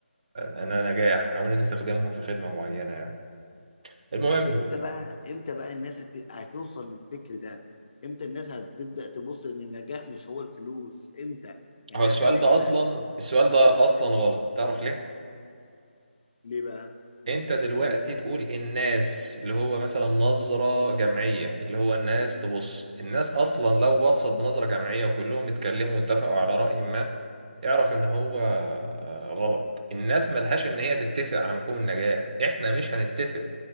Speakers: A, on the right; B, on the left.
A: انا نجاح او ان انت تخدمهم في خدمة معينة يعني المهم
B: بس امتى بقى امتى بقى الناس هت... هتوصل للفكر ده امتى الناس هتبدأ تبص ان النجاح مش هو الفلوس امتى يعني
A: هو السؤال
B: هل احنا
A: ده اصلا السؤال ده اصلا غلط تعرف ليه
B: ليه بقى
A: انت دلوقتي تقول الناس اللي هو مثلا نظرة جمعية اللي هو الناس تبص الناس اصلا لو بصت بنظرة جمعية وكلهم اتكلموا واتفقوا على رأي ما اعرف ان هو غلط الناس ملهاش ان هي تتفق على مفهوم النجاح احنا مش هنتفق